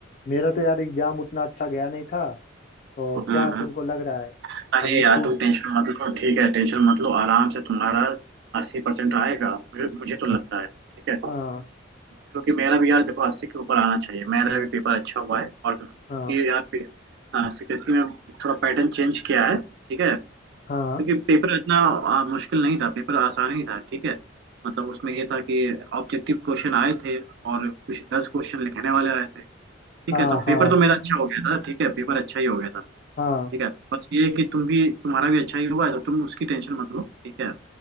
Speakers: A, on the left (about 45°); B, on the right (about 60°).
A: मेरा तो यार एग्जाम उतना अच्छा गया नहीं था तो
B: हम्म
A: क्या
B: हम्म।
A: तुमको लग रहा है
B: अरे
A: अब
B: यार
A: स्कूल
B: तुम टेंशन मत लो ठीक है टेंशन मत लो आराम से तुम्हारा अस्सी परसेंट आएगा मुझे मुझे तो लगता है ठीक है
A: हाँ
B: क्योंकि मेरा भी यार देखो अस्सी के ऊपर आना चाहिए मेरा भी पेपर अच्छा हुआ है और क्योंकि
A: हाँ
B: यार सीबीएसई में थोड़ा पैटर्न चेंज किया है ठीक है
A: हाँ
B: क्योंकि पेपर इतना आ, मुश्किल नहीं था पेपर आसान ही था ठीक है मतलब उसमें ये था कि ऑब्जेक्टिव क्वेश्चन आए थे और कुछ दस क्वेश्चन लिखने वाले आए थे ठीक
A: हाँ
B: है तो पेपर
A: हाँ
B: तो मेरा अच्छा हो गया था ठीक है पेपर अच्छा ही हो गया था
A: हाँ
B: ठीक है बस ये है कि तुम भी तुम्हारा भी अच्छा ही हुआ है तो तुम उसकी टेंशन मत लो ठीक है